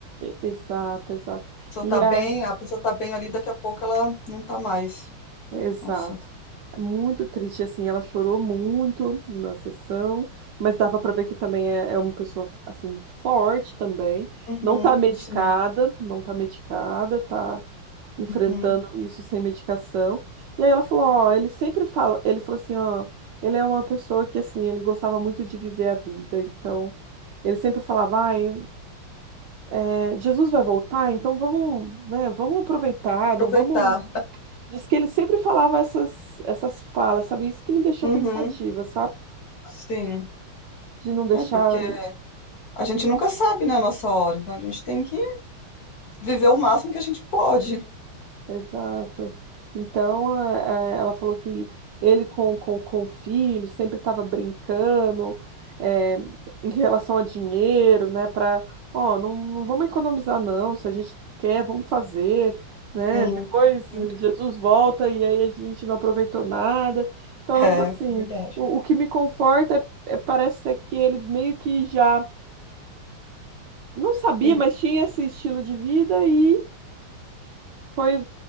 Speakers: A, on the right; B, on the left.
A: Exato, exato.
B: pessoa
A: E
B: tá bem,
A: a,
B: a pessoa tá bem ali, daqui a pouco ela não tá mais.
A: Exato.
B: Nossa.
A: Muito triste, assim, ela chorou muito na sessão, mas dava para ver que também é, é uma pessoa, assim, forte também,
B: Uhum,
A: não tá medicada,
B: sim.
A: não tá medicada, tá enfrentando
B: Uhum.
A: isso sem medicação, e aí ela falou, ó, ele sempre fala, ele falou assim, ó, ele é uma pessoa que, assim, ele gostava muito de viver a vida, então, ele sempre falava, ai, é, Jesus vai voltar, então vamos, né, vamos aproveitar,
B: Aproveitar.
A: não vamos Diz que ele sempre falava essas, essas falas, sabe? Isso que me deixou
B: Uhum,
A: pensativa, sabe?
B: sim.
A: De não deixar.
B: É porque a gente nunca sabe, né, a nossa hora, então a gente tem que viver o máximo que a gente pode.
A: Exato. Então, eh, eh, ela falou que ele com, com, com o filho sempre estava brincando, eh, em relação a dinheiro, né? Para, ó, não, não vamos economizar, não. Se a gente quer, vamos fazer, né?
B: Sim.
A: Depois
B: Uhum.
A: eh, Jesus volta e aí a gente não aproveitou nada. Então, ela
B: É,
A: falou assim:
B: verdade.
A: o, o que me conforta é, é- parece ser que ele meio que já Não sabia,
B: Hum,
A: mas tinha esse estilo de vida e foi,